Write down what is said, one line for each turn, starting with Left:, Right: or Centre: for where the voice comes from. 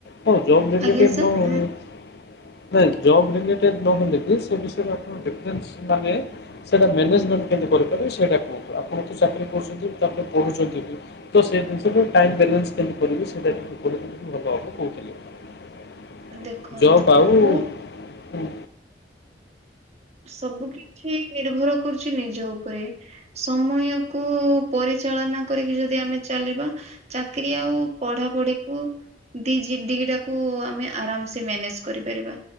Left: ହୋ ଜବ୍ ରିଲେଟେଡ଼୍
Right: ଆଜ୍ଞା ସାର୍।
Left: ନ ହୋଉ। ନାଇଁ ଜବ୍ ରିଲେଟେଡ଼୍ ନହଲେ ବି ସେ ବିଷୟରେ ଆପଣ ଡିଫରେନ୍ସ୍ ମାନେ ସେଇଟା ମେନେଜ୍ କେମତି କରିପାରିବି ସେଇଟା କୁହନ୍ତୁ ଆପଣ ତ ଚାକିରି କରୁଚନ୍ତି ତ ଆପଣ ପଢ଼ୁଚନ୍ତି ବି ତ ସେ ଦିନିଷଟା ଟାଇମ୍ ବେଲେନ୍ସ୍ କେମତି କରିବି ସେଟା ଟିକେ କହିଲେ ଟିକେ ଭଲ ହେବ କୋହୁଥିଲି।
Right: ଦେଖନ୍ତୁ
Left: ଜବ୍ ଆଉ
Right: ମୁଁ
Left: ଉଁ
Right: ସବୁ କିଛି ନିର୍ଭର କରୁଚି ନିଜ ଓପରେ ସମୟ କୁ ପରିଚାଳନା କରିକି ଯଦି ଆମେ ଚାଲିବା ଚାକିରି ଆଉ ପଢ଼ାପଢ଼ିକୁ ଦିଜି ଦିଟାକୁ ଆମେ ଆରାମସେ ମ୍ୟାନେଜ୍ କରିପାରିବା